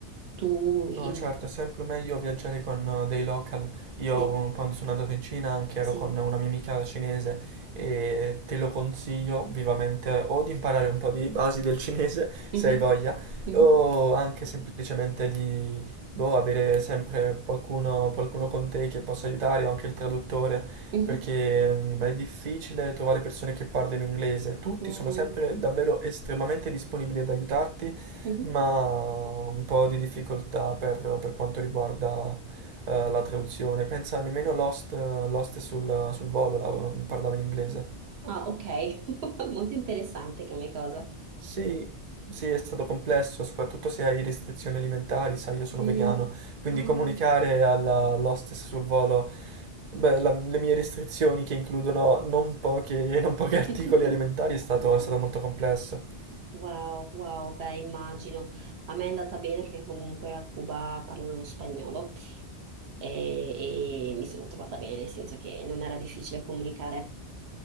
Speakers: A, on the right; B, on the right.
A: Tu,
B: No,
A: in...
B: certo, è sempre meglio viaggiare con eh, dei local. Io
A: sì,
B: eh, quando sono andato in Cina anche
A: sì.
B: ero con una mia amica cinese e te lo consiglio vivamente eh, o di imparare un po' di basi del cinese <laughs> se
A: Mhm.
B: hai voglia
A: Mhm.
B: o anche semplicemente di boh, avere sempre qualcuno, qualcuno con te che possa aiutare o anche il traduttore
A: Mhm.
B: perché mm, è difficile trovare persone che parlino inglese. Tutti
A: Mm.
B: sono sempre davvero estremamente disponibili ad aiutarti
A: Mhm.
B: ma ho un po' di difficoltà per, per quanto riguarda eh, la traduzione. Pensa, nemmeno Lost, eh, Lost sul, sul volo la- parlava in inglese.
A: Ah, ok, <laughs> molto interessante come cosa.
B: Sì, sì, è stato complesso, soprattutto se hai restrizioni alimentari, sai, io sono
A: Mm.
B: vegano, quindi
A: Ah.
B: comunicare alla all'hostess sul volo, beh, la- le mie restrizioni che includono non poche, non pochi <laughs> articoli
A: <laughs>
B: alimentari è stato, è stato molto complesso.
A: Wow, wow, beh, immagino. A me è andata bene perché comunque a Cuba parlano spagnolo e, e mi sono trovata bene, nel senso che non era difficile comunicare